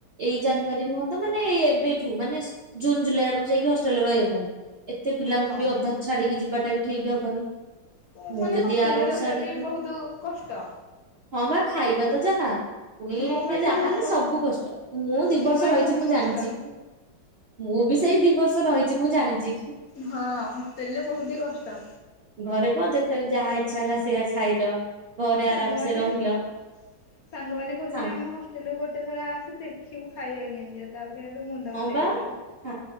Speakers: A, on the right (about 45°); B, on the left (about 55°).
A: ଏଇ ଜାନୁଆରୀ ନୁହତ ମାନେ ଏବେଠୁ ମାନେ ଜୁନ୍ ଜୁଲାଇ ଆଡକୁ ଯାଇକି ହଷ୍ଟେଲରେ ରହି ଯାଇଥାନ୍ତେ ଏତେ ପିଲାଙ୍କୁ
B: ହଁ
A: ବି ଅଧାରୁ ଛାଡିକି ଯିବାଟା ବି ଠିକ ହବନି।
B: ତ
A: ମୁଁ
B: ମାନେ
A: ଯଦି
B: ହଷ୍ଟେଲ୍
A: ଆର
B: ରେ
A: ବର୍ଷ
B: ରହିବା
A: ଆଡିକି
B: ବି ବହୁତ କଷ୍ଟ।
A: ହଁ ବା ଖାଇବା ତ ଯାହା। ପୁଣି
B: ମୋ ପାଇଁ
A: ଯାହାହେଲେ
B: ତ ବହୁତ
A: ସବୁ କଷ୍ଟ ମୁଁ ଦି
B: ମୋ
A: ବର୍ଷ
B: ପାଇଁ
A: ରହିଛି
B: ବହୁତ
A: ମୁଁ
B: କଷ୍ଟ
A: ଜାଣିଛି। ମୁଁ ବି ସେଇ ଦି ବର୍ଷ ରହିଛି ମୁଁ ଜାଣିଛି।
B: ହଁ ହଷ୍ଟେଲରେ ବହୁତି କଷ୍ଟ।
A: ଘରେ କ'ଣ ଯେତେବେଳେ ଯାହା ଇଚ୍ଛା ହେଲା ସେଇଆ ଖାଇଲ। ଘରେ
B: ସାଙ୍ଗମାନେ
A: ଆରାମ ସେ ରହିଲ
B: ସାଙ୍ଗମାନେ କହୁଛନ୍ତି
A: ସାଙ୍ଗ
B: ଆମ ହଷ୍ ତେଲକୁ ଗୋଟେ ଥର ଆସେ ଦେଖିବୁ ଖାଇବା କେମିତିଆ ତାପରେ ଏଠୁ ମୁଣ୍ଡ ବୁଲେଇ
A: ବା
B: ହେଇଯିବ।
A: ହଁ,